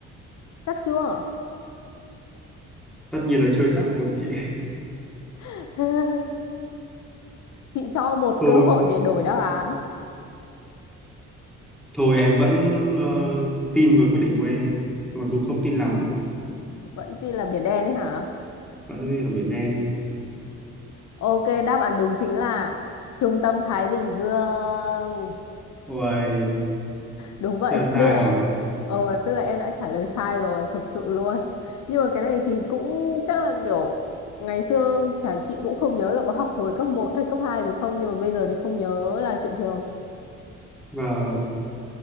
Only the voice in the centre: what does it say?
tất nhiên là chưa chắc rồi chị
<laughs> thôi
thôi em vẫn ờ, tin vào quyết định của em mặc dù không tin lắm
vẫn tin là Biển Đen
Ôi
Thế là
sai
rồi.
Và